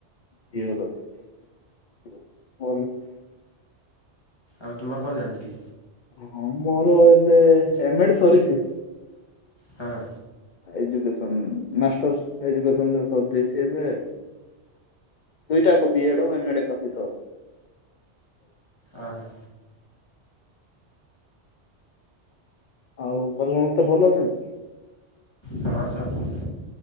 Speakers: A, on the left (about 50°); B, on the left (about 20°).
A: ଯିଓଲୋଜି
B: ଆଉ ତୁମର କଣ ଚାଲିଛି?
A: ହଁ ମୋର ଏବେ ହେମେଟେ ସରିଛି।
B: ହଁ।
A: ଏଜୁକେସ୍ନ ମାଷ୍ଟରସ୍ ଏଜୁକେଶ୍ନ କରିଦେଇଛି ଏବେ। ଦୁଇଟାକୁ ବିଏଡ ଏମଡେ କତି କ
B: ଆଁ ହଁ।
A: ଆଉ ଭଲ ମ ମତେ ଭଲ ଅଛନ୍ତି?
B: ତୋଆ ଆଡେ ସବୁ